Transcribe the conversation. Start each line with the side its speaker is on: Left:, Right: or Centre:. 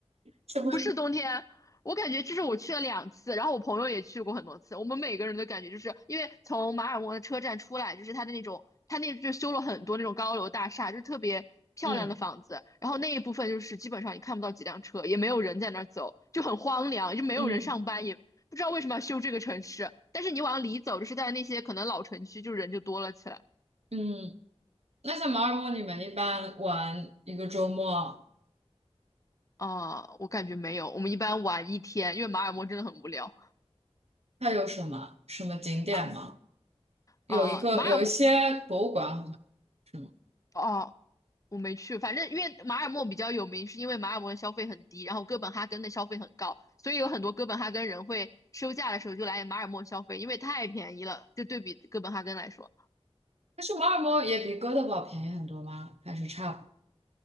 Right: 什么？
Left: 不是冬天，我感觉就是我去了两次，然后我朋友也去过很多次。我们每个人的感觉就是，因为从马尔默的车站出来，就是它的那种，它那就修了很多那种高楼大厦，就是特别漂亮的房子。
Right: 嗯
Left: 然后那一部分就是基本上你看不到几辆车，也没有人在那儿走，就很荒凉，就没有人上班，
Right: 嗯
Left: 也不知道为什么要修这个城市。但是你往里走，就是在那些可能老城区，就人就多了起来。
Right: 嗯，那像马尔默，你们一般玩一个周末，
Left: 啊、我感觉没有，我们一般玩一天，因为马尔默真的很无聊
Right: 它有什么什么景点吗？
Left: 啊
Right: 有一个有一些博物馆好像是吗？
Left: 啊，马尔默哦、我没去，反正因为马尔默比较有名，是因为马尔默的消费很低，然后哥本哈根的消费很高，所以有很多哥本哈根人会休假的时候就来马尔默消费，因为太便宜了，就对比哥本哈根来说，
Right: 但是马尔默也比哥德堡便宜很多吗？还是差不多